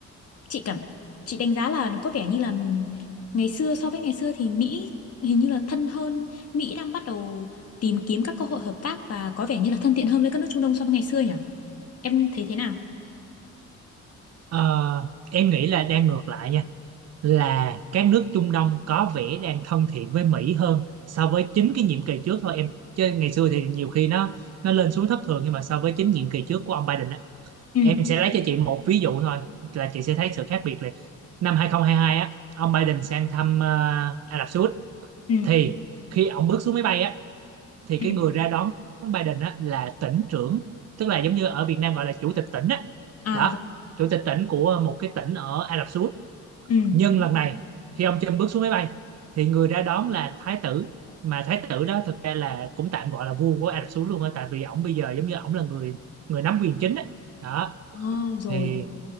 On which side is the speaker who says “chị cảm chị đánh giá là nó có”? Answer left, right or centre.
Left